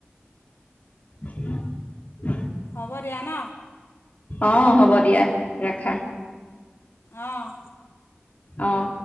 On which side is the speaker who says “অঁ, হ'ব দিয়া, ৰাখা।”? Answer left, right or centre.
Left